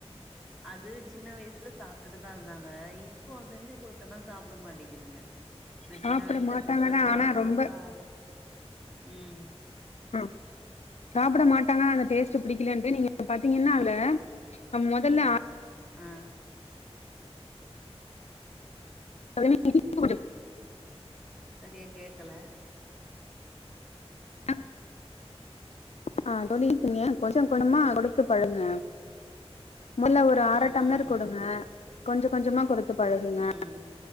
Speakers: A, in the centre; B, on the left (about 80°).
A: அது சின்ன வயசுல சாப்பிட்டுட்டு தான் இருந்தாங்க இப்போ செஞ்சு கொடுத்தன்னா சாப்பிட மாட்டேக்குதுங்க நான்
B: சாப்பிட
A: சின்ன வயசுல
B: மாட்டாங்கதா
A: ப்ரிப்பேர் பண்ணி
B: ஆனா
A: மொத்தம்
B: ரொம்ப
A: ஆர உம்
B: ஆஹ் சாப்பிட மாட்டாங்க அந்த டேஸ்ட்ட் பிடிக்கலன்ட்டு நீங்க பாத்தீங்கன்னா அதுல மொதல்ல
A: ஆஹ்
B: இனிப்பு கொஞ்சம்
A: சரியா கேக்கல
B: ச ஆ தோலி இருக்குங்க கொஞ்சம் க்கணுமா கொடுத்து
A: ம்
B: பழுங்க
A: ம்
B: முல்ல ஒரு ஆரை
A: ம்
B: டம்லர்ம்
A: ம்
B: மேரு
A: ம்
B: கொடுங்க
A: ம்
B: கொஞ்சம் கொஞ்சமா கொடுத்து பழகுங்க
A: போடணு ம்